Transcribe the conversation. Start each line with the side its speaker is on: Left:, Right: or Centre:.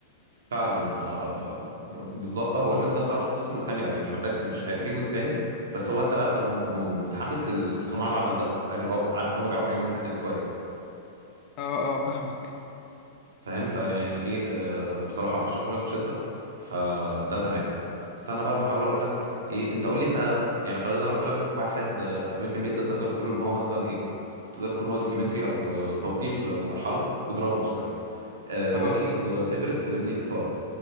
Right: فعلا آه، ب- بالظبط اه هو الفيلم ده بصراحه قصته مكتمله يعني مش محتاج مش هيبقى فيه جزء تاني بس هو انت بقى بتبقى مت- م- متحمس لل- لصناع العمل ده فاهم اللي هو بتبقى عارف ان هم بيعرفوا يعملوا الحته دي كويس
Left: اه اه فاهمك
Right: فاهم فيعني ايه آه بصراحة ارشحه لك بشدة فده تمام استنى بقى ما احاول اقول لك ايه انت قول لي انت يعني خلاص انا قلت لك واحد امريكان ميد ده تقدر تقول ان هو مثلا ايه تقدر تقول ان هو دوكيومنتري او آه، توثيق لمرحلة ودراما شوية ذا بادي
Left: اه
Right: وايفرست الاتنين اثارة